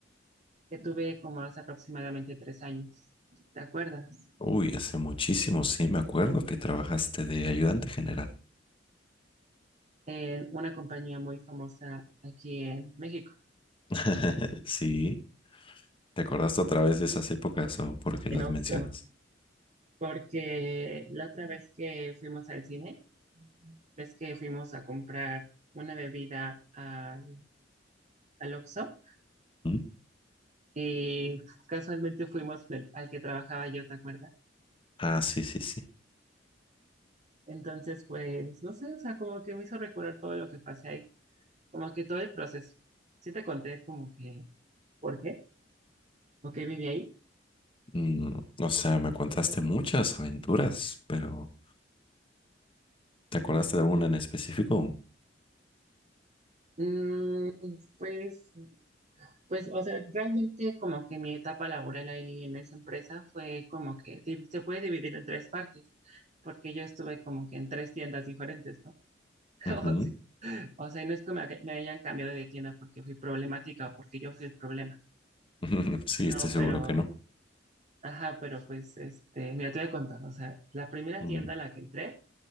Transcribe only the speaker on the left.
Uy, hace muchísimo, sí, me acuerdo que trabajaste de ayudante general.
<laughs> Sí, ¿te acordaste otra vez de esas épocas o por qué las
mencionas?
¿Mm?
Ah, sí, sí, sí.
Mm, o sea, me contaste muchas aventuras, pero ¿te acordaste de alguna en específico?
Ujú.
<laughs> Sí,
estoy seguro
que no.
Mm,